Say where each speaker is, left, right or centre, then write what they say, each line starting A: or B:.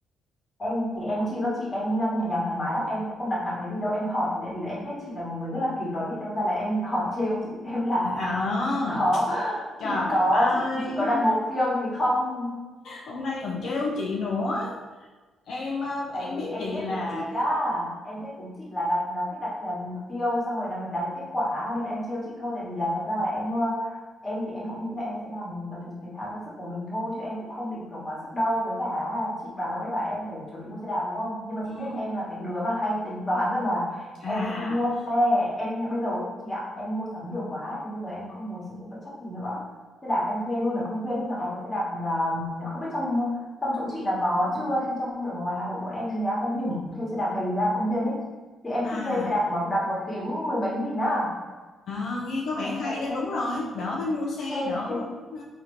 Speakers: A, on the left; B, on the left.
A: em thì em chịu lắm chị em nhẹ nhàng thoải mái lắm em cũng không đặt nặng cái gì đâu em hỏi thế tại vì là em biết chị là một người rất là kỷ luật ấy đâm ra là em hỏi trêu chị xem là
B: à,
A: chị có
B: trời
A: chị có
B: ơi
A: chị chị có đặt
B: hôm
A: mục tiêu gì không
B: hôm nay còn trêu chị nữa em ờ,
A: tại
B: em
A: vì
B: biết
A: em
B: chị
A: biết
B: là
A: tính chị á em biết tính chị là đặt nó thích đặt à, mục tiêu xong rồi là mình đạt được kết quả nên là em trêu chị thôi tại vì là thật ra là em ờ, em thì em cũng nghĩ là em sẽ làm tập thể dục thể thao theo sức của mình thôi chứ em cũng không định kiểu quá sức đâu với cả chị bảo lúc ấy bảo em phải chuẩn bị mua xe đạp đúng không nhưng mà
B: ừ,
A: chị biết em là cái đứa mà hay tính toán rồi mà
B: à
A: em sẽ không mua xe em bây giờ chị ạ em mua sắm nhiều quá ấy, nên bây giờ em không muốn sử dụng bất chấp gì nữa xe đạp em thuê luôn ở công viên ấy nó có cái xe đạp à, không biết trong trong chỗ chị là có chưa chứ trong ở ngoài Hà Nội bọn em thì á, cái điểm thuê xe đạp đầy ra công viên ấy thì em
B: à
A: cứ thuê xe đạp mà đạp một tiếng mười mấy nghìn á
B: à nghe có vẻ
A: xong
B: hay
A: rồi
B: đó
A: em,
B: đúng rồi đỡ phải mua
A: em cứ
B: xe
A: thuê
B: đỡ
A: cái
B: ừ,